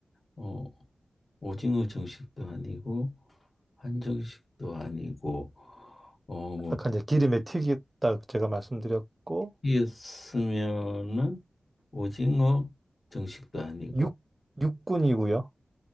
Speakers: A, on the left; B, on the right.
A: 어, 오징어 정식도 아니고 한정식도 아니고 어, 뭐
B: 아까 이제 기름에 튀겼다 제가 말씀드렸고
A: 튀겼으면은 오징어 정식도 아니고
B: 육 육군이고요.